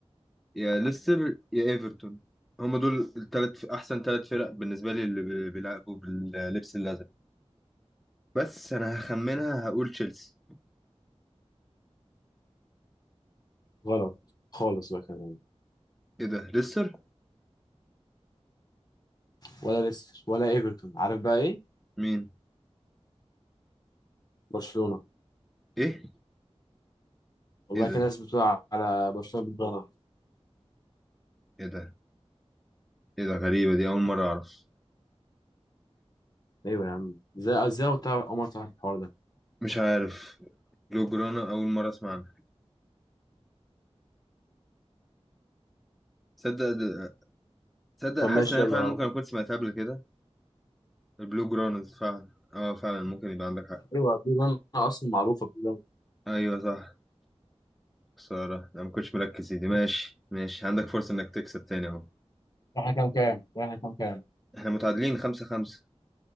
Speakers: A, in the centre; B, on the left (about 35°).
A: يا ليستر يا ايفرتون هما دول الثلاث احسن ثلاث فرق بالنسبة لي اللي بي- بيلعبوا باللبس الازرق بس انا هخمنها هقول تشيلسي
B: غلط خالص بقى كمان
A: ايه ده ليستر
B: ولا ليستر ولا ايفرتون عارف بقى ايه
A: مين
B: برشلونة
A: ايه
B: والله
A: ايه ده
B: في ناس بتقول على برشلونة بلو جرانا
A: ايه ده ايه ده غريبة دي اول مرة اعرف
B: ايوه يا عم ازاي ازاي عمر تعرف اول مره تعرف الحوار ده
A: مش عارف بلو جرانا اول مرة اسمع عنها تصدق ده- تصدق
B: طب
A: حاسس
B: ماشي
A: ان انا
B: يلا
A: فعلا ممكن اكون سمعتها قبل كده البلو جرانز فعلا اه فعلا ممكن يبقى عندك حق
B: ايوه بلو لاين اصلا معروفه بلو لاين
A: ايوه صح خسارة أنا ما كنتش مركز يا دي ماشي ماشي عندك فرصة إنك تكسب تاني أهو
B: واحنا كام كام واحنا كام كام
A: إحنا متعادلين خمسة خمسة